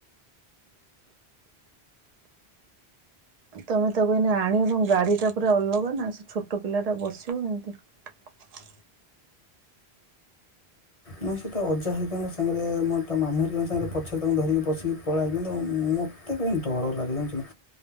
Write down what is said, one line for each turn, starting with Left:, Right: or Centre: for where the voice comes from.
Right: ତମେ ତାକୁ ଏଇନେ ଆଣିଚ ଗାଡିଟା ପୁରା ଅଲଗା ନା ସେ ଛୋଟ ପିଲାଟା ବସିବ କେମତି?
Left: ନା ସେ ତା ଅଜା ହରିକାଙ୍କ ସାଙ୍ଗରେ ମୋର ତା ମାମୁ ହରିକାଙ୍କ ସାଙ୍ଗରେ ପଛରେ ତାଙ୍କୁ ଧରିକି ବସିକି ପଳାଏ କିନ୍ତୁ ମତେ କାଇଁ ଡରଲାଗେ ଜାଣିଚନା।